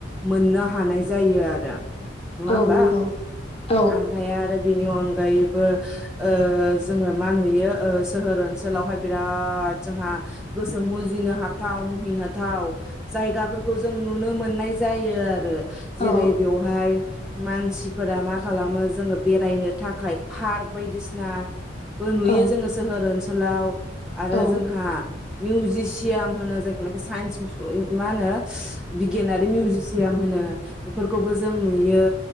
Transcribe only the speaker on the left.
औ
नंगौ औ
औ
औ
औ